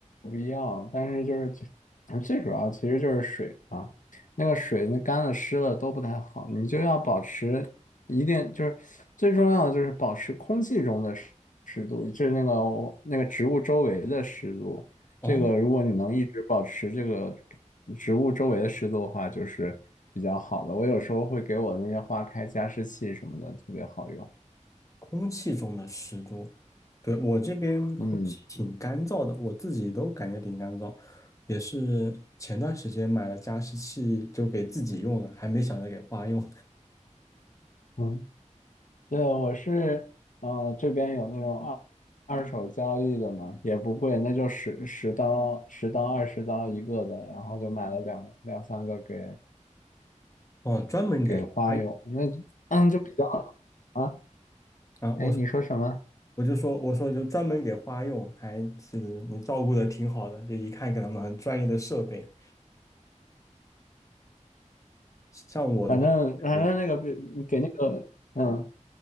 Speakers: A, on the left; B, on the left.
A: 必要。但是就是最呃最主要其实就是水啊，那个水那干了湿了都不太好，你就要保持一定就是最重要的就是保持空气中的湿湿度，就是那个那个植物周围的湿度。
B: 哦，
A: 这个如果你能一直保持这个植物周围的湿度的话，就是比较好的。我有时候会给我那些花开加湿器什么的，特别好用。
B: 空气中的湿度，对，我这边空气挺干燥的，
A: 嗯
B: 我自己都感觉挺干燥，也是前段时间买了加湿器，就给自己用了，还没想着给花用，
A: 嗯，对，我是呃这边有那种二二手交易的嘛，也不贵，那就十十刀、十刀、二十刀一个的，然后就买了两两三个给
B: 哦，专门给花用
A: 给花友。那嗯就比较啊，
B: 啊，我说
A: 哎，你说什么？
B: 我就说我说就专门给花用，还是你照顾的挺好的，就一看给他们很专业的设备。像我的话，
A: 反正反正那个比给那个嗯。
B: 感觉